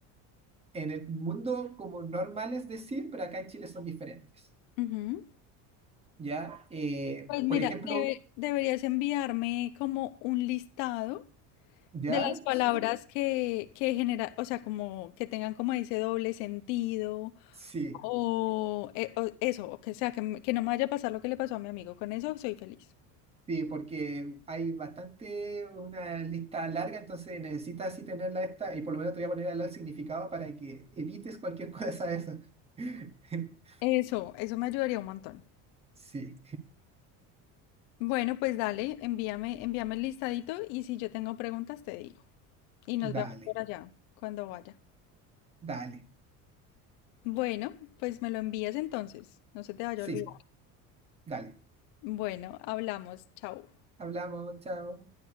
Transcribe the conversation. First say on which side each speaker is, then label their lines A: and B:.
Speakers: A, on the right; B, on the left.
A: en el mundo como normal es decir, pero acá en Chile son diferentes.
B: Ujú.
A: ¿Ya? Eh,
B: Pues mira,
A: por ejemplo,
B: debe- deberías enviarme como un listado
A: ¿ya?
B: de las palabras
A: ¿Sí?
B: que, que genera, o sea, como que tengan como ese doble sentido
A: Sí.
B: O, eh, o eso, o que sea, que, m- que no me vaya a pasar lo que le pasó a mi amigo. Con eso soy feliz.
A: Sí, porque hay bastante, una lista larga, entonces necesitas así tenerla esta, y por lo menos te voy a poner al lado el significado para que evites cualquier <laughs> cosa de eso. <laughs>
B: Eso, eso me ayudaría un montón.
A: Sí,
B: Bueno, pues dale, envíame, envíame el listadito y si yo tengo preguntas te digo. Y nos
A: dale,
B: vemos por allá cuando vaya.
A: dale,
B: Bueno, pues me lo envías entonces. No se te vaya
A: sí,
B: a olvidar.
A: dale.
B: Bueno, hablamos. Chao.
A: Hablamos, chao.